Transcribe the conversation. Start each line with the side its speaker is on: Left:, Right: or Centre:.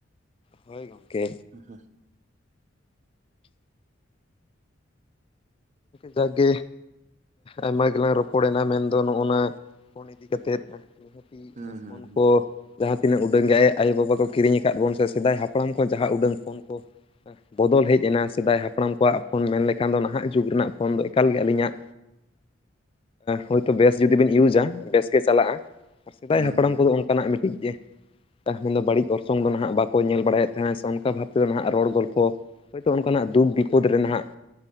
Left: ᱦᱳᱭ ᱜᱚᱢᱠᱮ
Right: ᱦᱩᱦᱩᱜ <inaudible>
Left: ᱡᱟᱠᱜᱮ ᱟᱭᱢᱟ ᱜᱮᱞᱟᱝ ᱨᱚᱯᱚᱲᱮᱱᱟ ᱢᱮᱱᱫᱚ ᱱᱚᱜᱼᱱᱟᱼᱼ ᱯᱷᱳᱱ ᱤᱫᱤ ᱠᱟᱛᱮᱫ ᱠᱚ
Right: ᱦᱩᱸ
Left: ᱯᱷᱳᱱ
Right: ᱦᱩᱸ
Left: ᱠᱚ ᱼᱼ ᱡᱟᱦᱟᱸ ᱛᱤᱱᱟᱹᱜ ᱩᱰᱟᱹᱝ ᱜᱮ ᱟᱭᱳᱼᱵᱟᱵᱟ ᱠᱚ ᱠᱤᱨᱤᱧ ᱟᱠᱟᱫ ᱵᱚᱱ ᱥᱮ ᱥᱮᱫᱟᱭ ᱦᱟᱯᱲᱟᱢ ᱠᱷᱚᱱ ᱡᱟᱦᱟᱸ ᱩᱰᱟᱹᱝ ᱠᱷᱚᱱᱼᱼ ᱵᱚᱫᱚᱞ ᱦᱮᱡ ᱮᱱᱟ ᱥᱮᱫᱟᱭ ᱦᱟᱯᱲᱟᱢ ᱠᱚᱣᱟᱜ ᱯᱷᱳᱱ ᱢᱮᱱ ᱞᱮᱠᱷᱟᱱ ᱫᱚ ᱱᱟᱦᱟᱜᱼᱼ ᱡᱩᱜᱽ ᱨᱮᱱᱟᱜ ᱯᱷᱳᱱ ᱫᱚ ᱮᱠᱟᱞᱜᱮ ᱟᱹᱞᱤᱧᱟᱜ ᱦᱳᱭᱛᱳ ᱵᱮᱥ ᱡᱩᱫᱤ ᱵᱤᱱ ᱤᱭᱩᱡᱟ ᱵᱮᱥᱼᱼ ᱜᱮ ᱪᱟᱞᱟᱜᱼᱟ ᱥᱮᱫᱟᱭ
Right: ᱦᱩᱸ
Left: ᱦᱟᱯᱲᱟᱢ
Right: ᱦᱩᱸ
Left: ᱠᱚᱫᱚ ᱚᱱᱠᱟᱱᱟᱜ ᱢᱤᱫᱴᱤᱡ ᱜᱮᱼᱼ ᱛᱟᱦᱚᱞᱮ ᱵᱟᱹᱲᱤᱡ ᱚᱨᱥᱚᱝ ᱫᱚ ᱱᱟᱦᱟᱜ ᱵᱟᱠᱚ ᱧᱮᱞ ᱵᱟᱲᱟᱭᱮᱫ ᱛᱟᱦᱮᱸᱫ ᱥᱮ ᱚᱱᱠᱟ ᱵᱷᱟᱵᱛᱮ ᱱᱟᱦᱟᱜ ᱨᱚᱲ ᱜᱚᱞᱯᱷᱚᱼᱼ ᱦᱳᱭᱛᱳ ᱚᱱᱠᱟᱱᱟᱜ ᱫᱩᱠ ᱵᱤᱯᱚᱫ ᱨᱮ ᱱᱟᱦᱟᱜᱼᱼ